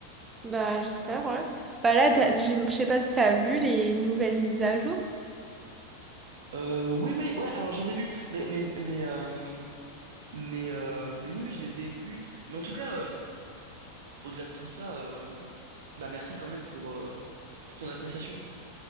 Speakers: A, on the right (about 20°); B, on the right (about 60°).
A: Bah, j'espère, ouais. Bah là, t'as- j'ai- je sais pas si t'as vu les nouvelles mises à jour.
B: Euh, oui, oui, ouais, alors je les ai vus. Mais mais mais euh, mais, euh, mais oui, oui, je les ai vus. Mais en tout cas, euh, au-delà de tout ça, euh, bah merci quand même pour, euh, pour ton appréciation.